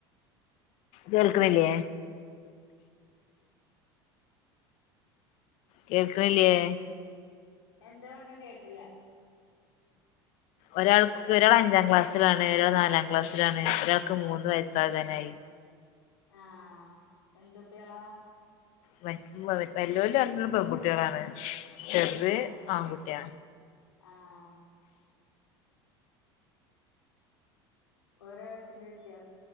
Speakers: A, on the left (about 60°); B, on the left (about 85°).
A: കേൾക്ക്ണില്ലേ കേൾക്ക്ണില്ലേയേ
B: എന്താ പറഞ്ഞെ കേട്ടില്ല
A: ഒരാൾക്ക് ഒരാള് അഞ്ചാം ക്ലാസ്സിലാണ് ഒരാള് നാലാം ക്ലാസ്സിലാണ് ഒരാൾക്ക് മൂന്ന് വയസ്സാകാനായി
B: ആ എന്തു ട്ടികളാ
A: മറ്റ് വല്യോല് രണ്ടാളും പെൺകുട്ടികളാണ് ചെറുത്
B: ആഹ്
A: ആൺകുട്ട്യാ
B: ആഹ് ഓരോ വയസിന്റെ വിത്യാ